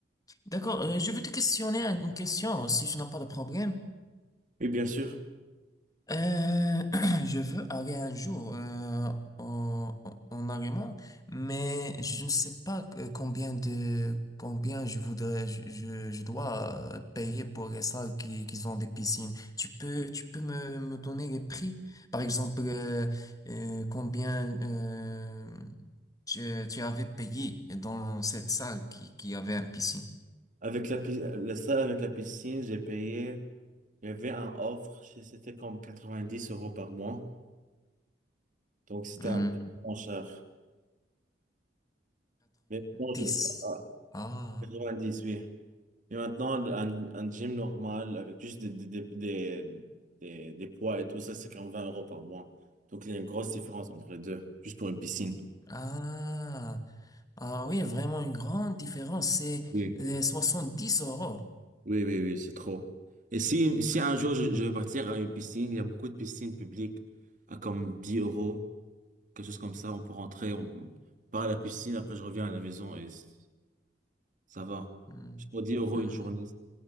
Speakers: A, on the left; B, on the right.
A: D'accord, euh, je vais te questionner une question si tu n'as pas de problème.
B: Oui, bien sûr.
A: Euh, <clears throat> je veux aller un jour euh, en, en en Allemagne, mais je ne sais pas euh, combien de combien je voudrais je, je je dois euh, payer pour les salles qui, qui ont des piscines. Tu peux tu peux me, me donner les prix? Par exemple, euh, euh, combien euh, tu, tu avais payé dans cette salle qui, qui avait une piscine?
B: Avec la, pi- la salle avec la piscine, j'ai payé, il y avait un offre, c'est- c'était comme 90 euros par mois, donc c'était
A: Hmm,
B: un peu moins cher. Mais bon,
A: dix
B: je- ah,
A: Ah.
B: 90, oui. Et maintenant, un, un gym normal avec juste des, des, des, des, des- des poids et tout ça, c'est quand même 20 euros par mois. Donc, il y a une grosse différence entre les deux, juste pour une piscine.
A: Ah, ah oui, vraiment une grande différence. C'est
B: Oui,
A: euh, dix euros.
B: oui, oui, oui, c'est trop. Et si, si un jour je, je veux partir à une piscine, il y a beaucoup de piscines publiques à comme 10 euros, quelque chose comme ça, on peut rentrer, on part à la piscine, après je reviens à la maison et c- ça va.
A: Hmm,
B: Juste pour dix euros
A: hmm.
B: une journée,